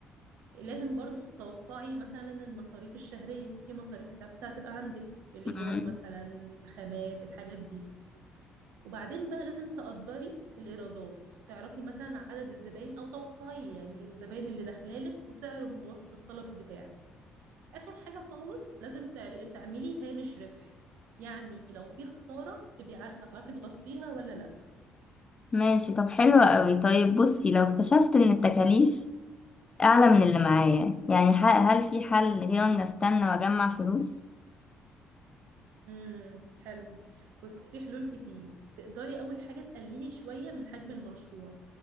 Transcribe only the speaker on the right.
لازم برضو تتوقعي مثلا المصاريف الشهرية في مصاريف ثابتة هتبقى عندك الإيجار
مثلا خامات الحاجات دي وبعدين بقى لازم تقدري الإيرادات تعرفي مثلا عدد الزباين أو توقعي يعني الزباين اللي داخلالك وسعر متوسط الطلب بتاعك آخر حاجة خالص لازم تعر- تعملي هامش ربح يعني لو في خسارة تبقي عارفة تعرفي تغطيها ولا لأ
امم حلو بصي في حلول كتير تقدري أول حاجة تقللي شوية من حجم المشروع